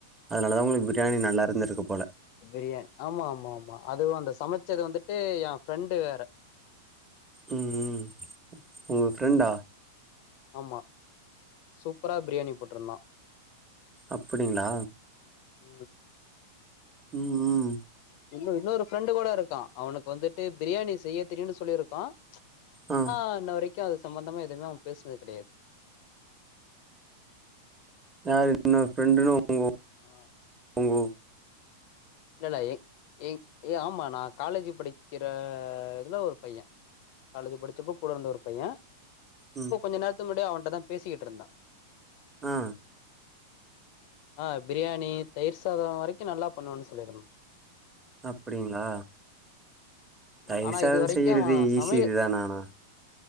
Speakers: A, on the right (about 15°); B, on the left (about 55°).
A: அதுனால தா உங்களுக்கு பிரியாணி நல்லா இருந்திருக்குப் போல
B: பிரியாண் ஆமா ஆமா ஆமா அதுவு அந்த சமச்சது வந்துட்டு என் ஃப்ரெண்டு வேற
A: உ உ உங்க
B: ம்
A: ஃப்ரெண்டா
B: ஆமா சூப்பரா பிரியாணி போட்டுருந்தா
A: அப்டிங்களா
B: உ
A: உ உ
B: இன்னு இன்னொரு ஃப்ரெண்டு கூட இருக்கா அவனுக்கு வந்துட்டு பிரியாணி செய்ய தெரியுன்னு சொல்லியிருக்கா
A: ஆ
B: ஆனா இன்ன வரைக்கு அது சம்பந்தமா எதுமே அவே பேசுனது கெடையாது
A: யார் இன்னொரு ஃப்ரெண்டுன்னு உங்க
B: ஆஹ்
A: உங்க
B: இல்லல்ல ஏ ஏங் ஆமா நா காலேஜு படிக்கிற இதுல ஒரு பையே காலேஜு படிச்சப்போ கூட இருந்த ஒரு பையே
A: உம்
B: இப்ப கொஞ்ச நேரத்து முன்னாடி அவன்ட்ட தா பேசிக்கிட்டு இருந்தா
A: ஆஹ்
B: ஆஹ் பிரியாணி தயிர் சாதோ வரைக்கு நல்லா பண்ணுவேன்னு சொன் சொல்லிருக்கா
A: அப்டிங்களா
B: ஆமா
A: தயிர்
B: ஆனா
A: சாதோ
B: இது வரைக்கு
A: செய்யிறது
B: அவ சமைய
A: ஈசி இதுதா நானா